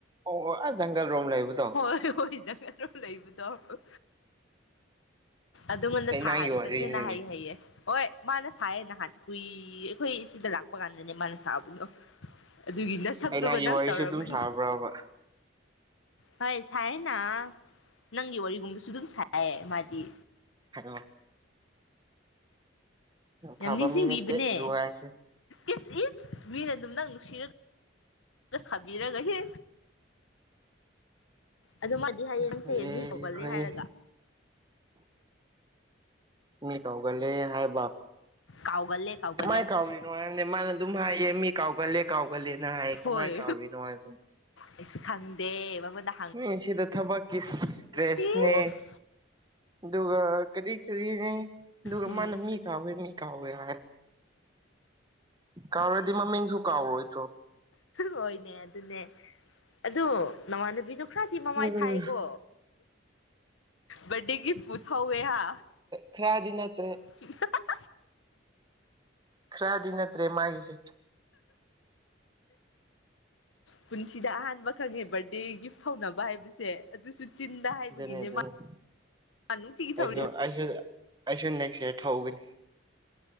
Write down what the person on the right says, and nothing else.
ꯑꯣ ꯑꯣ ꯑꯥ ꯖꯪꯒꯜ ꯔꯣꯝ ꯂꯩꯕꯗꯣ
ꯀꯩꯅꯥꯒꯤ
ꯋꯥꯔꯤꯅꯤꯅꯦ
ꯀꯩꯅꯥꯒꯤ
ꯋꯥꯔꯤꯁꯨ
ꯑꯗꯨꯝ ꯁꯥꯕ꯭ꯔꯕ
ꯍꯜꯂꫭ
ꯐꯕ
ꯃꯤ ꯅꯠꯇꯦ ꯗꯨꯉꯥꯡꯁꯦ
ꯍꯣꯏꯌꯦ
ꯍꯣꯏꯌꯦ
ꯃꯤ ꯀꯧꯒꯜꯂꯦ ꯍꯥꯏꯕ
ꯃꯥꯏ ꯀꯥꯎ ꯅꯨꯡꯉꯥꯏꯕꯅꯦ ꯃꯥꯅ ꯑꯗꯨꯝ ꯍꯥꯏꯌꯦ ꯃꯤ ꯀꯥꯎꯒꯜꯂꯦ ꯀꯥꯎꯒꯜꯂꯦꯅ ꯍꯥꯏꯌꯦ
ꯀꯃꯥꯏꯅ ꯀꯥꯎꯔꯤꯅꯣ ꯍꯥꯏꯕꯅꯦ
ꯃꯤ ꯁꯤꯗ ꯊꯕꯀꯤ ꯏꯁꯇ꯭ꯔꯦꯁꯅꯦ
ꯑꯗꯨꯒ ꯀꯔꯤ ꯀꯔꯤꯅꯦ ꯑꯗꯨꯒ
ꯃꯥꯅꯃꯤ ꯀꯥꯎꯋꯦ ꯃꯤ ꯀꯥꯎꯋꯦ ꯍꯥꯏ ꯀꯥꯎꯔꯗꯤ ꯃꯃꯤꯡꯁꯨ ꯀꯥꯎꯔꯣꯏꯗ꯭ꯔꯣ
ꯎꯝ
ꯊꯤꯔꯥꯏꯗꯤ ꯅꯠꯇ꯭ꯔꯦ
ꯈꯔꯗꯤ ꯅꯠꯇ꯭ꯔꯦ ꯃꯥꯒꯤꯁꯦ
ꯑꯗꯨꯅꯦ ꯑꯗꯨꯅꯦ
ꯑꯩꯁꯨ
ꯑꯩꯁꯨ ꯑꯩꯁꯨ ꯅꯦꯛꯁ ꯏꯔ ꯊꯧꯒꯅꯤ